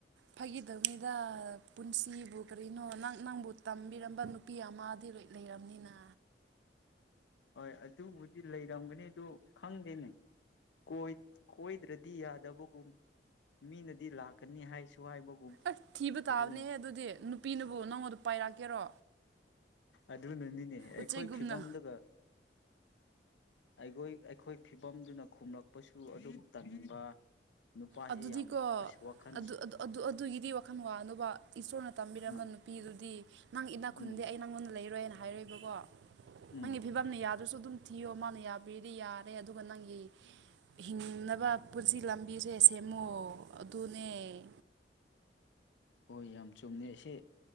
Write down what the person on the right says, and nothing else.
ꯐꯒꯤꯗꯧꯉꯩꯗ ꯄꯨꯟꯁꯤꯕꯨ ꯀꯔꯤꯅꯣ ꯅꯪ ꯅꯪꯕꯨ ꯇꯝꯕꯤꯔꯝꯕ ꯅꯨꯄꯤ ꯑꯃꯗꯤ ꯂꯣꯏ ꯂꯩꯔꯕꯅꯤꯅ
ꯑꯁ ꯊꯤꯕ ꯇꯥꯕꯅꯦꯍ
ꯑꯗꯨꯗꯤ ꯅꯨꯄꯤꯅꯕꯨ ꯅꯪꯉꯣꯟꯗ ꯄꯥꯏꯔꯛꯀꯦꯔꯣ
ꯎꯆꯩꯒꯨꯝꯅ
ꯑꯗꯨꯗꯤꯀꯣ
ꯑꯗꯨ ꯑꯗꯨ-ꯑꯗꯨ-ꯑꯗꯨ-ꯑꯗꯨꯒꯤꯗꯤ ꯋꯥꯈꯟ ꯋꯥꯅꯨꯕ ꯏꯁꯇꯣꯔꯅ ꯇꯝꯕꯤꯔꯝꯕ
ꯅꯨꯄꯤꯗꯨꯗꯤ ꯅꯪ ꯏꯅꯥꯛ ꯈꯨꯟꯗꯦ
ꯑꯩ ꯅꯪꯉꯣꯟꯗ ꯂꯩꯔꯣꯏꯅ ꯍꯥꯏꯔꯏꯕ ꯀꯣ
ꯅꯪꯒꯤ ꯐꯤꯕꯝꯅ ꯌꯥꯗ꯭ꯔꯁꯨ ꯑꯗꯨꯝ ꯊꯤꯌꯣ ꯃꯥꯅ ꯌꯥꯕꯤꯔꯗꯤ ꯌꯥꯔꯦ ꯑꯗꯨꯒ ꯅꯪꯒꯤ ꯍꯤꯡꯅꯕ ꯄꯨꯟꯁꯤ ꯂꯝꯕꯤꯁꯦ ꯁꯦ ꯁꯦꯃꯣ ꯑꯗꯨꯅꯦ꯫